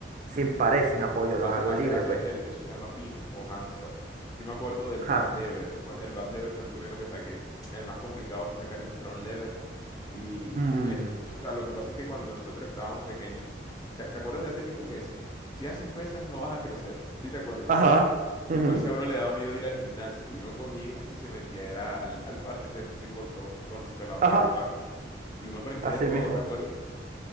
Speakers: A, on the right; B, on the left.
A: sin pared, sin apoyo, los
B: Hace,
A: hago
B: hace,
A: libre,
B: hace
A: pues,
B: el, eso se llama pino o handstand. Yo me acuerdo del
A: handstand.
B: bad lever. cua- El bad lever fue el primero que saqué. El más complicado fue sacar el front lever. Y,
A: Mm,
B: y es que, o sea, lo que pasa es que cuando nosotros estábamos pequeños, se- ¿te acuerdas de ese mito que decía? Si haces pesas no vas a crecer. ¿Sí te acuerdas?
A: Ajá, ujú,
B: Entonces a uno le daba miedo ir al gimnasio y uno cogía y se metía era al, al parque a hacer street workout con los pelados
A: ajá,
B: de ahí del barrio. Y uno aprendía
A: así
B: de todo,
A: mismo.
B: ¿te acuerdas?